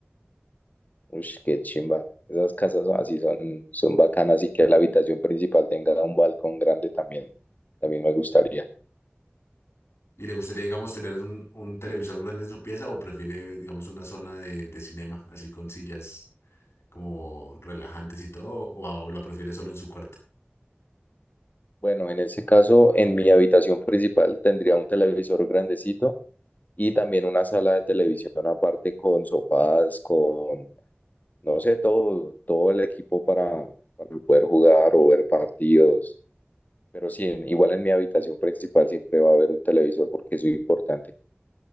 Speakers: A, on the left; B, on the left.
A: Uy, qué chimba. Esas casas son así son, son bacanas y que la habitación principal tenga un balcón grande también. También me gustaría.
B: ¿Y le gustaría, digamos, tener un, un televisor grande en su pieza o prefiere, digamos, una zona de, de cinema, así con sillas? como relajantes y todo, o a- o la prefiere solo en su cuarto.
A: Bueno, en ese caso, en mi habitación principal tendría un televisor grandecito y también una sala de televisión aparte con sofás, con, no sé, todo, todo el equipo para, para poder jugar o ver partidos. Pero sí, en- igual en mi habitación principal siempre va a haber un televisor porque es muy importante.